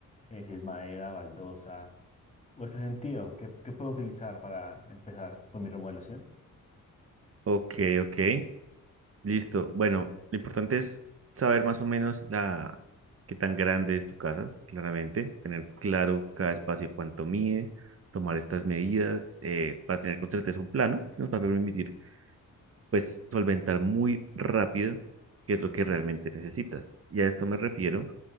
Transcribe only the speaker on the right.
Ok, ok. Listo. Bueno, lo importante es saber más o menos la qué tan grande es tu casa, claramente, tener claro cada espacio y cuánto mide, tomar estas medidas eh, para tener con certeza un plano que nos va a permitir pues solventar muy rápido qué es lo que realmente necesitas. Y a esto me refiero